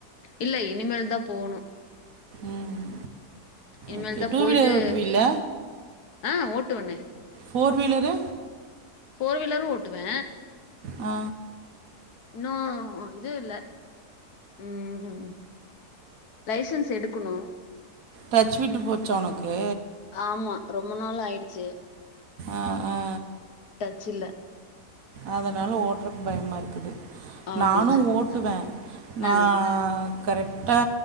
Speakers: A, on the left; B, on the right.
A: இல்ல இனி மேல் தா போணு
B: ம்
A: இனிமேல்தா
B: ஓகே டூ
A: போயிட்டு
B: வீலர் ஓட்டுவீல்ல
A: ஆ ஓட்டுவனே
B: ஃபோர் வீலரு
A: ஃபோர் வீலரு ஓட்டுவே
B: ஆ
A: இன்னு இது இல்ல ம் ம் லைசன்ஸ் எடுக்கணு
B: டச் விட்டு போச்சா உனக்கு
A: ஆமா ரொம்ப நாள் ஆயிடுச்சு
B: ஆ ஆ
A: ட ச்சு இல்ல
B: அதனால ஓட்றக்கு பயமா இருக்குது
A: ஆமா
B: நானு ஓட்டுவே நா
A: ஆ
B: கரெக்டா